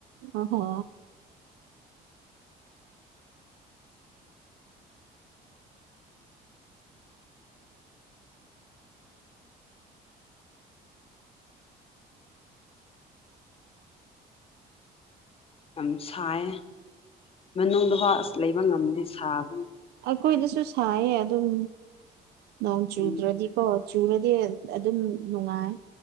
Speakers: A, on the right (about 75°); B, on the left (about 35°).
A: ꯑꯣꯍꯣ
B: ꯌꯥꯝ ꯁꯥꯏꯌꯦ ꯃꯅꯨꯡꯗ ꯍ ꯑꯁ ꯂꯩꯕ ꯉꯝꯗꯦ ꯁꯥꯕꯅꯤ
A: ꯑꯩꯈꯣꯏꯗꯁꯨ ꯁꯥꯏꯌꯦ ꯑꯗꯨꯝ ꯅꯣꯡ ꯆꯨꯗ꯭ꯔꯗꯤꯀꯣ
B: ꯎꯝ
A: ꯆꯨꯔꯗꯤ ꯑꯗꯨꯝ ꯅꯨꯡꯉꯥꯏ